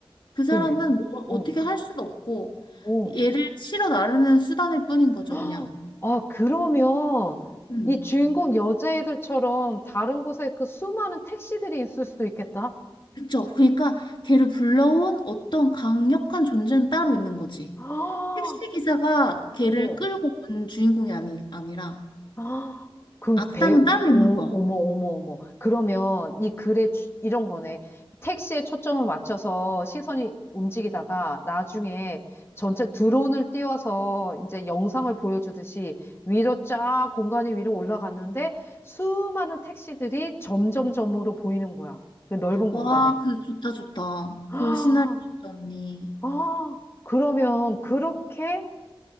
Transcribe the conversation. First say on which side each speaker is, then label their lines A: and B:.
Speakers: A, on the left; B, on the left.
A: 그
B: 그,
A: 사람은
B: 위-
A: 뭐,
B: 어,
A: 어떻게 할 수도 없고,
B: 어.
A: 얘를 실어 나르는 수단일 뿐인 거죠,
B: 헉!
A: 그냥.
B: 아, 그러면
A: 음.
B: 이 주인공 여자애들처럼 다른 곳에 그 수많은 택시들이 있을 수도 있겠다.
A: 그쵸? 그러니까 걔를 불러온 어떤 강력한 존재는 따로 있는 거지.
B: 아,
A: 택시 기사가 걔를
B: 어.
A: 끌고 온 주인공이 아니, 아니라
B: 아, 그
A: 악당은
B: 배,
A: 따로 있는
B: 오,
A: 거야.
B: 어머, 어머, 어머. 그러면 이 글에 주- 이런 거네. 택시에 초점을 맞춰서 시선이 움직이다가 나중에 전체 드론을 띄워서 이제 영상을 보여주듯이 위로 쫙 공간이 위로 올라갔는데 수많은 택시들이 점점점으로 보이는 거야. 그 넓은 공간에.
A: 와, 그 좋다 좋다.
B: <gasps> 아,
A: 그 시나리오 좋다 언니.
B: 아, 그러면 그렇게